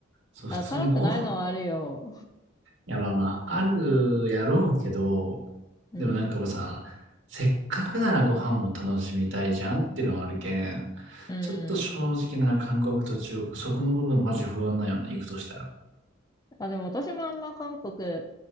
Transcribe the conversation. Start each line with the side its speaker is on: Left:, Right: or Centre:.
Right: そう、
Left: あ。
Right: 普通にご飯
Left: あ、辛くないのはあるよ。
Right: いや、まあまあ、あるやろうけど、
Left: うん。
Right: でもなんかもうさ、せっかくならご飯も楽しみたいじゃんっていうのはあるけん、
Left: う
Right: ちょっと正直な韓国と中国、
Left: ん。
Right: そこの部分マジ不安なんよな、行くとしたら。
Left: あ、でも私もあんま韓国、